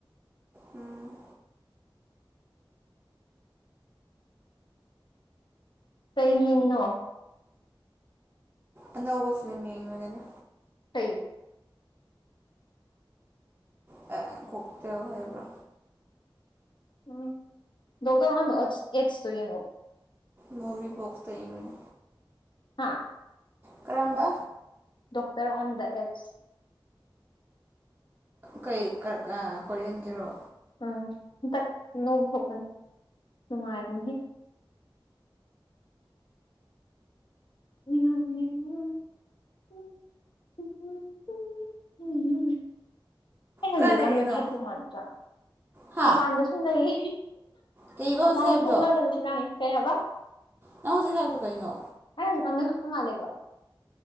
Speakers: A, on the right (about 20°); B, on the left (about 60°).
A: ꯎꯝ
B: ꯀꯩ ꯌꯦꯡꯉꯤꯅꯣ
A: ꯑꯅꯧꯕ ꯐꯤꯂꯝ ꯌꯦꯡꯕꯅꯤꯗ
B: ꯀꯩ
A: ꯎꯝ ꯀꯣꯛꯇꯦꯜ ꯍꯥꯏꯕ꯭ꯔꯥ
B: ꯎꯝ ꯗꯣꯛꯇ꯭ꯔ ꯑꯣꯟ ꯗ ꯑꯣꯠꯁ ꯑꯦꯠꯁꯇꯨ ꯌꯦꯡꯉꯣ
A: ꯃꯣꯚꯤ ꯕꯣꯛꯁꯇ ꯌꯦꯡꯕꯅꯤ
B: ꯍꯥꯥ
A: ꯀꯔꯝꯕ
B: ꯗꯣꯛꯇ꯭ꯔ ꯑꯣꯟ ꯗ ꯑꯦꯠꯁ
A: ꯀꯩ ꯀ꯭ꯔꯛ ꯑꯥ ꯀꯣꯔꯤꯌꯥꯟꯒꯤꯔꯣ
B: ꯎꯝ ꯍꯟꯇꯛ ꯑꯅꯧꯕ ꯊꯣꯛꯄꯅꯤ ꯅꯨꯡꯉꯥꯏꯕꯅꯤꯍꯦ <unintelligible> <unintelligible> ꯑꯩ ꯍꯧꯖꯤꯛꯀꯥꯟꯖꯦ
A: ꯀꯥꯏ ꯂꯩꯔꯤꯅꯣ
B: ꯈꯠꯄ ꯃꯥꯟꯗ꯭ꯔꯥ
A: ꯍꯥ
B: ꯃꯄꯥꯟꯗ ꯁꯨꯨꯝ ꯂꯩꯌꯦ
A: ꯀꯩꯕ
B: ꯑꯣꯛꯄꯥꯟꯗ
A: ꯍꯧꯖꯤꯛ ꯍꯥꯏꯕꯗꯣ
B: ꯐꯥꯎꯒꯠꯂꯛꯑꯒ ꯅꯨꯡꯁꯤꯠ ꯂꯥꯡꯉꯤ ꯀꯩ ꯍꯥꯏꯕ
A: ꯅꯪ ꯍꯧꯖꯤꯛ ꯍꯥꯏꯕꯗꯨ ꯀꯩꯅꯣ
B: ꯑꯩ ꯍꯧꯖꯤꯛꯀꯥꯟꯖ‌ꯦ ꯈꯠꯄ ꯃꯥꯜꯂꯦꯕ